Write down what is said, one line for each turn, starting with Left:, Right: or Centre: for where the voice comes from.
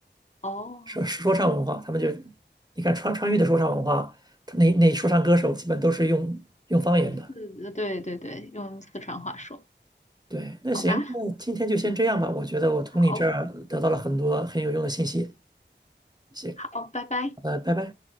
Left: 哦，
Right: 说说唱文化，他们就，你看川川渝的说唱文化，他那那说唱歌手基本都是用用方言的。
Left: 是的对对对，用四川话说，
Right: 对，那行，
Left: 好吧，
Right: 那今天就先这样吧，我觉得我从你这儿得到了很多很有用的信息。
Left: 好，
Right: 行，
Left: 好，拜拜。
Right: 呃，拜拜。